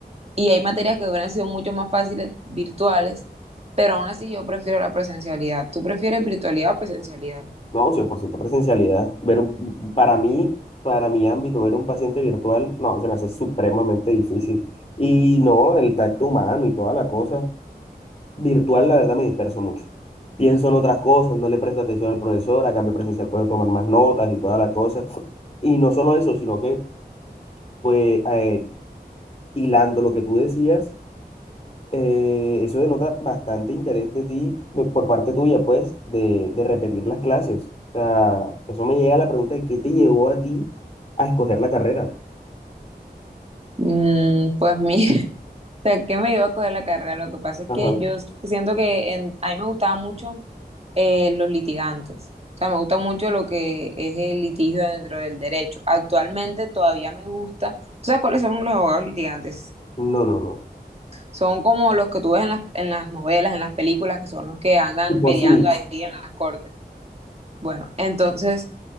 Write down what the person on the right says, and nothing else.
y hay materias que hubieran sido mucho más fáciles virtuales, pero aún así yo prefiero la presencialidad. ¿Tú prefieres virtualidad o presencialidad?
Mm, pues mira, <laughs> o sea, qué me iba a coger la carrera. Lo que pasa es
que yo siento que en- a mí me gustaba mucho eh, los litigantes. O sea, me gusta mucho lo que es el litigio dentro del derecho. Actualmente todavía me gusta. ¿Tú sabes cuáles son los abogados litigantes?
Son como los que tú ves en las, en las novelas, en las películas, que son los que
andan
peleando
ahí en las cortes. Bueno, entonces,